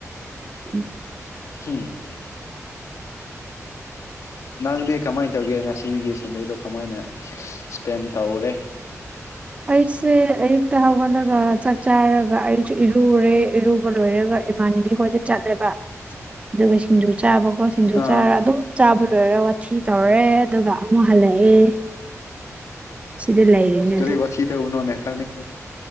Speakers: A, on the right; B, on the left.
A: ꯎ
B: ꯎꯝ
A: <inaudible>
B: ꯅꯪꯗꯤ ꯀꯃꯥꯏꯅ ꯇꯧꯒꯦ ꯉꯁꯤꯒꯤ ꯁꯟꯗꯦꯗꯣ ꯀꯃꯥꯏꯅ ꯏꯁꯄꯦꯟ ꯇꯧꯔꯦ
A: ꯑꯩꯁꯦ ꯑꯌꯨꯛꯇ ꯍꯧꯒꯠꯂꯒ ꯆꯥꯛ ꯆꯥꯔꯒ ꯑꯩꯁꯨ ꯏꯔꯨꯔꯦ ꯏꯔꯨꯕ ꯂꯣꯏꯔꯒ ꯏꯃꯥꯟꯅꯕꯤ ꯈꯣꯏꯗ ꯆꯠꯂꯦꯕ ꯑꯗꯨꯒ ꯁꯤꯡꯖꯨ ꯆꯥꯕ ꯀ‌ꯣ ꯁꯤꯡꯖꯨ
B: ꯑꯥ
A: ꯆꯥꯔ ꯑꯗꯨꯝ ꯆꯥꯕ ꯂꯣꯏꯔ ꯋꯥꯊꯤ ꯇꯧꯔꯦ ꯑꯗꯨꯒ ꯑꯃꯨꯛ ꯍꯜꯂꯛꯑꯦ ꯁꯤꯗ ꯂꯩꯔꯤꯅꯦ
B: ꯀꯔꯤ
A: ꯑꯗꯨ
B: ꯋꯥꯊꯤ ꯇꯧꯕꯅ‌ꯣꯅꯦ ꯈꯪꯅꯤꯡ